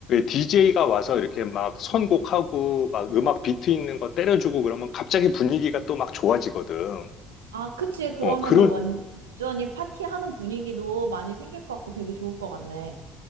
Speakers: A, on the left; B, on the right.
A: DJ가 와서 이렇게 막 선곡하고 막 음악 비트 있는 거 때려주고 그러면 갑자기 분위기가 또 막 좋아지거든.
B: 아, 그치. 그러면은
A: 어, 그런,
B: 완전히 파티하는 분위기도 많이 생길 것 같고 되게 좋을 것 같네.